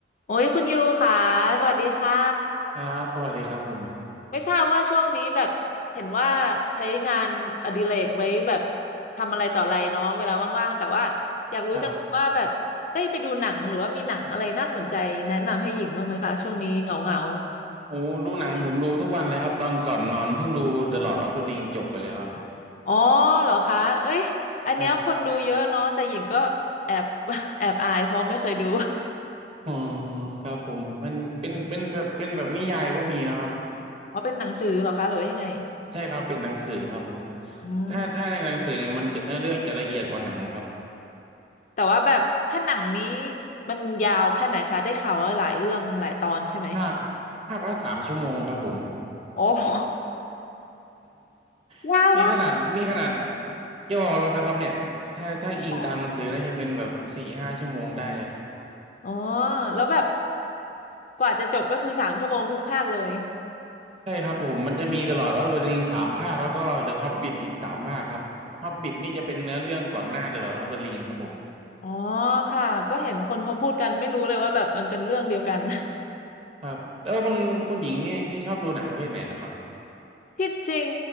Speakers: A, on the left; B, on the right.
A: โอ้ยคุณยูค่ะสวัสดีค่ะ
B: ครับสวัสดีครับผม
A: ไม่ทราบว่าช่วงนี้แบบเห็นว่าใช้งานอดิเรกไว้แบบทำอะไรต่ออะไรเนาะเวลาว่างๆแต่ว่าอยากรู้จังว่าแบบได้ไปดูหนังหรือว่ามีหนังอะไรน่าสนใจแนะนำให้หญิงบ้างไหมคะช่วงนี้เหงา
B: ครับโอ้ดูหนังผมดูทุกวันเลยครับตอนก่อนนอนเพิ่งดู The Lord of the Ring จบไปเลยครับ
A: ๆอ๋อเหรอคะเอ้ยอันเนี้ยคนดูเยอะเนาะแต่หญิงก็แอบ
B: ครับ
A: <laughs> แอบอายเพราะไม่เคยดู
B: อ๋อครับผมมันเป็น เป็นแบบเป็นแบบนิยายก็มีนะครับ
A: <laughs> อ๋อเป็นหนังสือเหรอคะหรือว่ายังไง
B: ใช่ครับเป็นหนังสือครับผม
A: อืม
B: ถ้าถ้าในหนังสือนี่มันจะเนื้อเรื่องจะละเอียดกว่าหนังครับ
A: แต่ว่าแบบถ้าหนังนี้มันยาวแค่ไหนคะได้ข่าวว่าหลายเรื่องหลายตอนใช่ไหม
B: ภาคภาคละสามชั่วโมงครับผม
A: โอ้โหยาวมาก
B: <laughs> นี่ขนาด นี่ขนาดย่อแล้วนะครับเนี่ยถ้าถ้าอิงตามหนังสือน่าจะเป็นแบบสี่ห้าชั่วโมงได้
A: ค่อ๋อแล้วแบบกว่าจะจบก็คือสามชั่วโมงทุกภาคเลย
B: ใช่ครับผมมันจะมี The Lord of the Rings สามภาคแล้วก็ The Hobbit อีกสามภาคครับ Hobbit นี่จะเป็นเนื้อเรื่องก่อนหน้า The Lord of the Rings ครับผม
A: อ๋อค่ะก็เห็นคนเขาพูดกันไม่รู้เลยว่าแบบมันเป็นเรื่องเดียวกัน
B: ครับแล้วคุณคุณหญิงนี่ชอบดูหนังประเภทไหนเหรอครับ
A: <laughs> ที่จริง